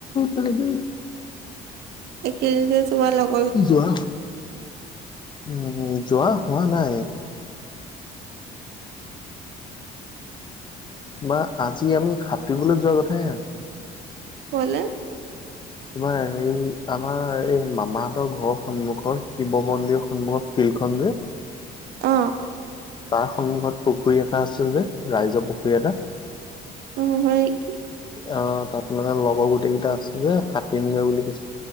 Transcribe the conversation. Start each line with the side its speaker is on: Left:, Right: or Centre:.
Left: এতিয়া লগে
Right: এ কেদিন যে তোমাৰ লগ
Left: যোৱা, উম যোৱা হোৱা নাই। বা আজি আমি সাতুৰিবলৈ যোৱা কথাহে আ।
Right: কলে?
Left: তোমাৰ হেৰি আমাৰ এই মামাহতৰ ঘৰৰ সন্মুখৰ শিৱ মন্দিৰ সন্মুখৰ ফিল্ডখন যে।
Right: অ।
Left: তাৰ সন্মুখত পুখুৰী এটা আছে যে ৰাইজৰ পুখুৰী এটা।
Right: উম হয় কি
Left: অ তাত মানে লগৰ গোটেইকেইটা আছে যে কাটিমে বুলি কৈছে